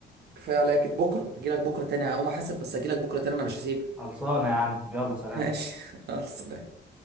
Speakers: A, on the right; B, in the centre.
A: كفايه عليا كده بكره هجيلك بكره تاني هقوم احاسب بس هجيلك بكره تاني انا مش هسيبك
B: خلصانه يا عم يلا سلام
A: <laughs> ماشي يلا سلام